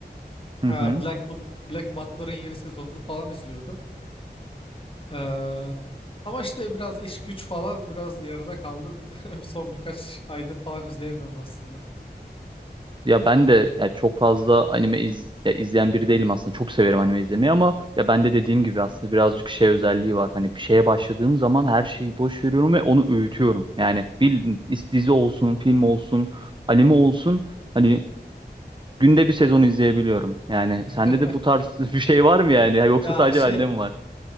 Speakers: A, on the right; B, on the left.
A: Hı
B: Ee,
A: hı.
B: Black, Bu- Black Butler'ın yeni sezonunu falan izliyordum. Ee, ama işte biraz iş güç falan biraz yarıda kaldı. <laughs> Son birkaç aydır falan izleyemiyorum aslında.
A: Ya ben de ya çok fazla anime iz, ya izleyen biri değilim aslında. Çok severim anime izlemeyi ama ya ben de dediğim gibi aslında birazcık şey özelliği var. Hani bir şeye başladığım zaman her şeyi boş veriyorum ve onu öğütüyorum. Yani bildiğin is- dizi olsun, film olsun, anime olsun hani günde bir sezon izleyebiliyorum. Yani
B: <laughs>
A: sende de bu tarz <laughs> bir şey var mı yani? Yoksa
B: Ya
A: sadece
B: şey
A: bende mi var?